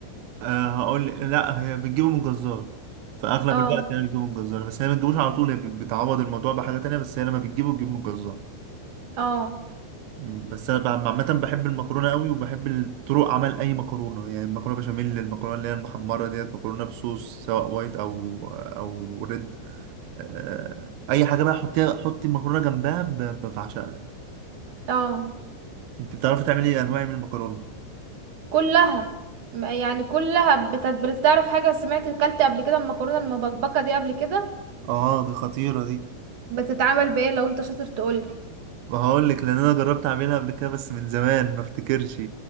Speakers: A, on the right (about 85°); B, on the right (about 50°).
A: أه هقول لا هي بتجيبه من الجزار في أغلب
B: اه
A: الوقت هي بتجيبه من الجزار بس هي ما بتجيبوش على طول هي بتعوض الموضوع بحاجة تانية بس هي لما بتجيبه بتجيبه من الجزار
B: اه
A: مم. بس انا بع- عامه بحب المكرونه قوي وبحب طرق عمل اي مكرونه يعني المكرونه بشاميل المكرونه اللي هي المحمره ديت مكرونه بصوص سواء وايت او او ريد آه، اي حاجه بقى حطيها حطي المكرونه جنبها ب- ب- بعشقها
B: اه
A: انت بتعرفي تعملي انواع من المكرونه
B: كلها م- يعني كلها بت- بتعرف حاجه سمعت اكلت قبل كده المكرونه المبكبكه دي قبل كده
A: اه دي خطيره دي
B: بتتعمل بايه لو انت شاطر تقولي
A: وهقول لك لان انا جربت اعملها قبل كده بس من زمان ما افتكرش